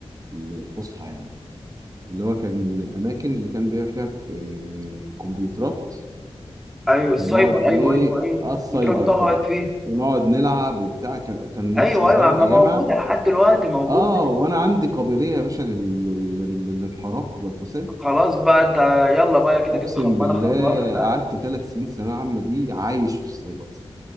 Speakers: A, on the right (about 35°); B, in the centre.
A: الفصحى يعني اللي هو كان اماكن اللي كان بيها فيها آه، كمبيوترات
B: ايوه السايبر
A: ونقعد ايه
B: ايوه ايوه ايوه
A: اه السايبر
B: وتروح تقعد
A: ده
B: فيه
A: ونقعد نلعب وبتاع كان كان
B: ايوه
A: لسه صغير
B: ايوه ما
A: ايامها
B: موجوده لحد دلوقتي موجوده
A: اه وانا عندي قابليه يا باشا لل- لل- للانحراف والفساد
B: خلاص بقى انت يلا بقى كده
A: اقسم
B: كده خربانه
A: بالله
B: خربانه بقى
A: قعدت ثلاث سنين ثانويه عامه دي عايش في الصعيد اصلا